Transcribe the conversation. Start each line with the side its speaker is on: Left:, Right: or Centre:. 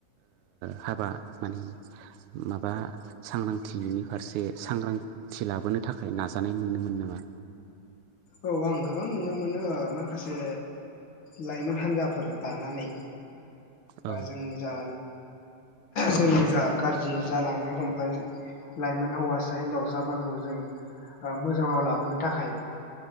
Right: हाबा माने माबा सांग्रांथिनि फारसे सांग्रांथि लाबोनो थाखाय नाजानाय नुनो मोनो नामा?
Left: औ आं गोबां नुनो मोनो माखासे लाइमोन हान्जाफोर दानानै
Right: औ
Left: जोंनि जा जोंनि जा गाज्रि जालांनो हमनाय लाइमोन हौवासा- हिन्जावसाफोरखौ जों मोजाङाव लाबोनो थाखाय